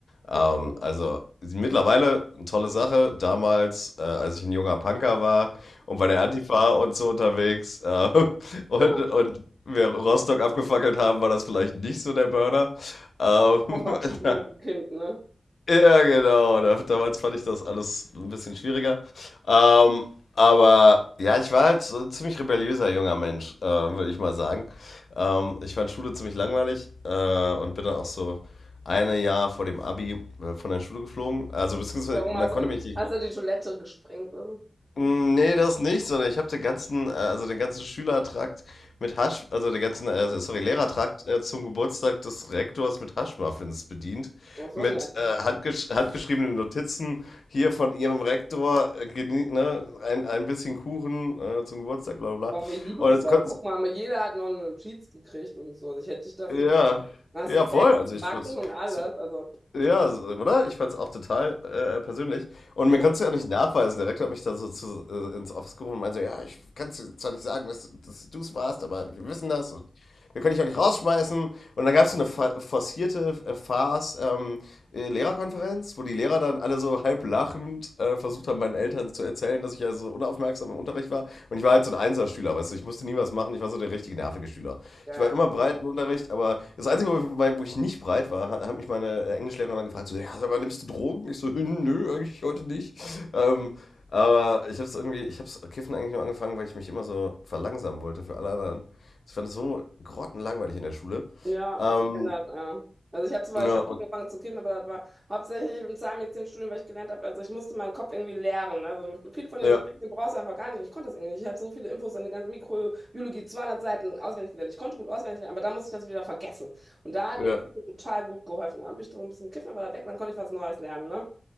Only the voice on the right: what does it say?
Ach cool.
<laughs>
Kompatibel
mit dem Kind, ne?
Warum
hast
du,
hast du die Toilette gesprengt oder so?
Aber so
nett.
Aber
wie liebevoll.
Guck
mal, jeder hat noch eine Notiz gekriegt und so. Also Ich hätte dich dafür.
Hast
du selbst
gebacken
und alles.
Also,
ja,
geil.
Ja,
ich kenne das, ja. Also ich habe zwar
spät
angefangen zu kiffen, aber das war hauptsächlich im Zahnmedizinstudium, weil ich gelernt habe, also ich musste meinen Kopf irgendwie leeren. ne? Also viele von denen
den brauchst du einfach gar nicht. Und Ich konnte das irgendwie nicht. Ich hatte so viele Infos an die ganze Mikrobiologie, 200 Seiten auswendig gelernt. Ich konnte gut auswendig lernen, aber dann musste ich das wieder vergessen. Und da hat
mir Kiffen total gut geholfen. Da habe ich so ein bisschen kiffen, aber das weg, dann konnte ich was Neues lernen. Ne?